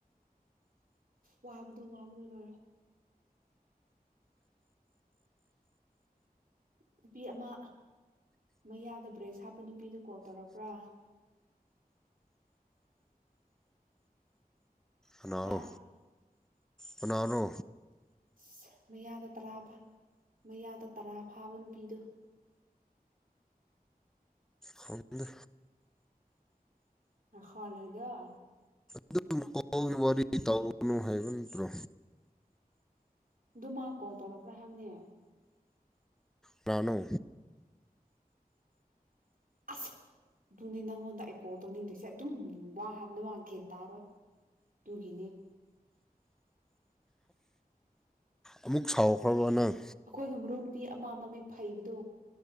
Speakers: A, on the right (about 65°); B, in the centre.
A: ꯋꯥꯕꯗꯣ ꯋꯥꯕꯗꯣ ꯂꯣꯏꯔꯦ ꯅꯨꯄꯤ ꯑꯃ ꯃꯌꯥꯗ ꯕ꯭ꯔꯦꯁ ꯍꯥꯞꯄ ꯅꯨꯄꯤꯗꯨ ꯀꯣꯜ ꯇꯧꯔꯛꯄ꯭ꯔꯥ
B: ꯑꯣ
A: ꯍꯥ
B: ꯀꯅꯥꯅꯣ
A: ꯑꯁ ꯃꯌꯥꯗ ꯇꯔꯥ ꯃꯌꯥꯗ ꯇꯔꯥ ꯐꯥꯕ ꯅꯨꯄꯤꯗꯨ <inaudible>
B: ꯈꯪꯗꯦ
A: ꯑ ꯍ ꯂꯩꯗ
B: ꯑꯗꯨꯝ ꯀꯣꯜꯒꯤ ꯋꯥꯔꯤ ꯇꯧꯒꯅꯨ ꯍꯥꯏꯕ ꯅꯠꯇ꯭ꯔꯣ
A: ꯑꯗꯨ ꯃꯥ ꯀꯣꯜ ꯇꯧꯔꯛꯄ꯭ꯔꯥ ꯍꯥꯏꯕꯅꯦ
B: ꯄ꯭ꯂꯥꯅꯣ
A: ꯑꯁ ꯑꯗꯨꯅꯦ ꯅꯪꯉꯣꯟꯗ ꯑꯩꯀꯣ ꯇꯧꯅꯤꯡꯗꯣꯏꯁꯦ ꯑꯗꯨꯝ ꯋꯥ ꯍꯥꯕꯅ ꯃꯥ ꯒꯦꯟ ꯇꯥꯔꯣꯏ ꯇꯨꯒꯤꯅꯤ
B: ꯑꯃꯨꯛ ꯁꯥꯎꯈ꯭ꯔꯕ ꯅꯪ
A: ꯑꯩꯈꯣꯏꯒꯤ ꯃꯔꯨꯞ ꯅꯨꯄꯤ ꯑꯃ ꯃꯃꯤꯠ ꯐꯩꯕꯗꯣ